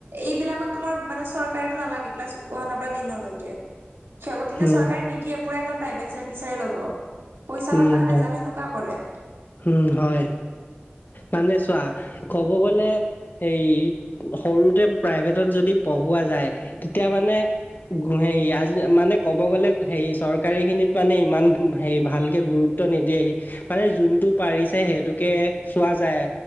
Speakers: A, on the right (about 85°); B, on the left (about 50°).
A: এইবিলাকত তোমাৰ মানে চৰকাৰীতো নালাগে ক্লাছ ওৱানৰ পৰা টেনৰলৈকে সিহঁতৰ তেতিয়া
B: উম,
A: চৰকাৰে নিদিয়ে পুৰা একদম প্ৰাইভেট বিচাৰি ল'ব। পইচা
B: উম,
A: লগা হ'লে
B: হয়।
A: যাক সেনেকুৱা কৰে
B: উম হয় মানে চোৱা ক'ব গ'লে। সেই সৰুতে প্ৰাইভেটত যদি পঢ়োৱা যায় তেতিয়া মানে হেৰি আজি মানে ক'ব গ'লে হেৰি চৰকাৰীখিনিত মানে ইমান হে ভালকৈ গুৰুত্ব নিদিয়েহি মানে যোনটো পাৰিছে সেইটোকে চোৱা যায়।